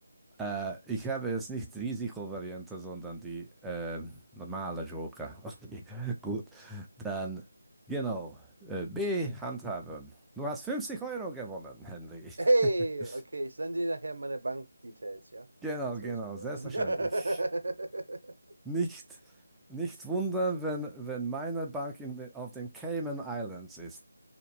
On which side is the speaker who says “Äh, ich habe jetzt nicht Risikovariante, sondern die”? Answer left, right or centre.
Centre